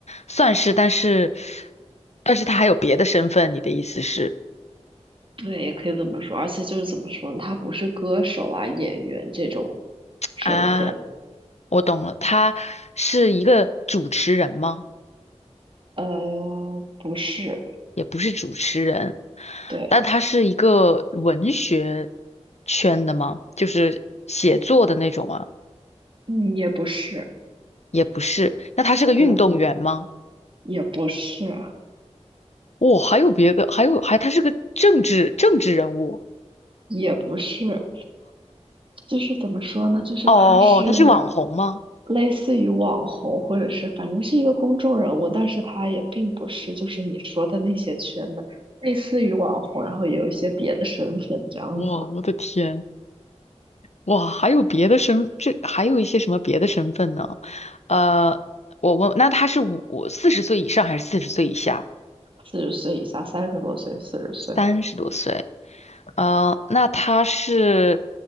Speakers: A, on the left (about 70°); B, on the right (about 45°).
A: 算是，但是但是她还有别的身份，你的意思是
B: 对，也可以这么说。而且就是怎么说呢，他不是歌手啊、演员这种身份，
A: 啊？我懂了，她是一个主持人吗？
B: 呃，不是，
A: 也不是主持人，
B: 对，
A: 但她是一个文学圈的吗？就是写作的那种吗？
B: 嗯，也不是，
A: 也不是。那他是个运动员吗？
B: 对，也不是，
A: 哦，还有别的，还有还他是个政治政治人物。
B: 也不是，就是怎么说呢？就是他是
A: 哦，他是网红吗？
B: 类似于网红，或者是反正是一个公众人物，但是他也并不是就是你说的那些圈的，类似于网红，然后也有一些别的身份这样子。
A: 哇，我的天！哇，还有别的身，这还有一些什么别的身份呢？呃，我问，那他是五四十岁以上还是四十岁以下？
B: 四十岁以下，三十多岁，四十岁，
A: 三十多岁。呃，那他是